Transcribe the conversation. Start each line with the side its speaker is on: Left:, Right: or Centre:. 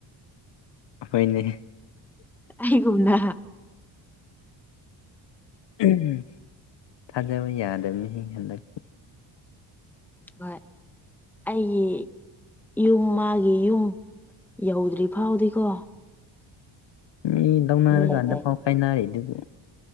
Left: ꯍꯣꯏꯅꯦ
Centre: ꯑꯩꯒꯨꯝꯅ
Left: ꯎꯝ <unintelligible> ꯊꯥꯖꯕ ꯌꯥꯗꯝꯅꯤꯍꯦ ꯍꯟꯗꯛ
Centre: ꯍꯣꯏ ꯑꯩꯒꯤ ꯏꯌꯨꯝ ꯃꯥꯒꯤ ꯌꯨꯝ ꯌꯧꯗ꯭ꯔꯤꯐꯥꯎꯗꯤꯀꯣ
Left: ꯃꯤ ꯂꯧꯅꯔꯀꯥꯟꯗ
Centre: ꯌꯥꯗꯦ
Left: ꯐꯥꯎ ꯀꯥꯏꯅꯔꯤꯗꯨꯕꯨ